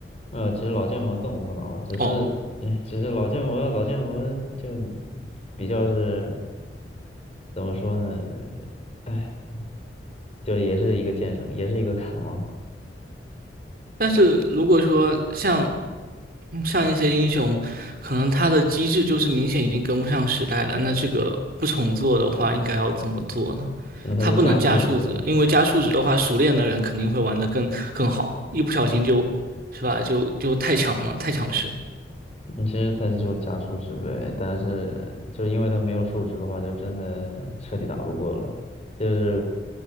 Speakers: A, on the left (about 35°); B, on the right (about 55°).
A: 呃，其实老剑魔更无脑，只是，
B: 哦，
A: 哎只是老剑魔老剑魔就比较是怎么说呢？哎，就也是一个剑圣，也是一个砍王，
B: 但是如果说像嗯像一些英雄，可能他的机制就是明显已经跟不上时代了，那这个不重做的话，应该要怎么做呢？
A: 那他就加数值，
B: 他不能加数值，因为加数值的话，熟练的人肯定会玩的更更好，一不小心就，是吧？就就太强了，太强势。
A: 嗯其实他就加数值呗。但是就因为他没有数值的话，就真的彻底打不过了。就是，